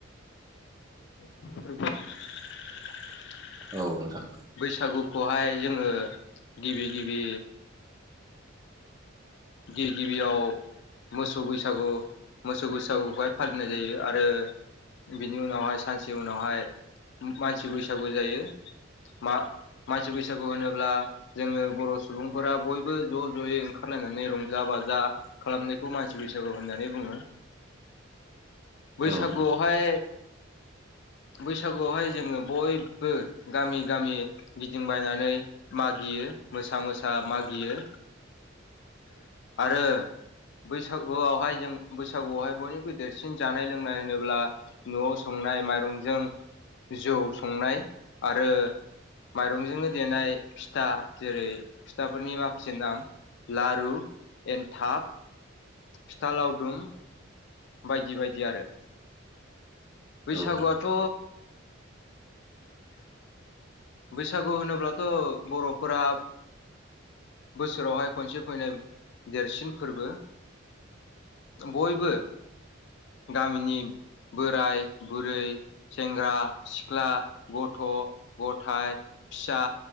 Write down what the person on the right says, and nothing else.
औ नोंथां
औ
औ